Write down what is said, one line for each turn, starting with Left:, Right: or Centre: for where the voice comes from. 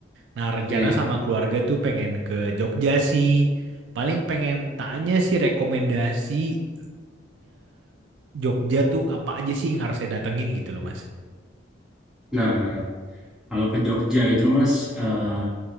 Right: Nah rencana
Centre: iya.
Right: sama keluarga tuh pengen ke Jogja sih. Paling pengen tanya sih rekomendasinya Jogja tuh apa aja sih yang harus saya datengin gitu loh Mas.
Centre: Nah, kalau ke Jogja itu Mas, eh